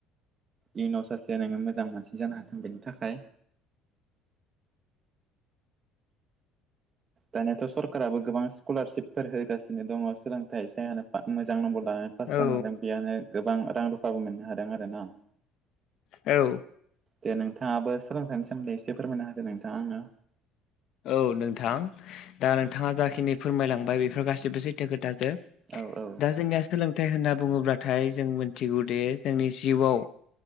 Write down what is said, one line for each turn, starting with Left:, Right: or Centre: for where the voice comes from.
Right: इयुनाव सासे नोङो मोजां मानसि जानो हाथों बेनि थाखाय दानियाथ' सरकाराबो गोबां स्कलारशिपफोर होगासिनो दङ सोलोंथाइ जायानो मोजां नम्बर लानानै पास
Left: औ
Right: खालामदों बेयानो गोबां रां रुफाबो मोननो हादों आरो ना
Left: औ
Right: दे नोंथाङाबो सोलोंथाइनि सोमोन्दै एसे फोरमायना होदो नोंथाङा आंनो
Left: औ नोंथां दा नोंथाङा जाखिनि फोरमायलांबाय बेफोर गाससिबो सैथो खोथाजोब
Right: औ औ
Left: दा जोंनिया सोलोंथाइ होनना बुङोब्लाथाय जों मिथिगौदिे जोंनि जिउआव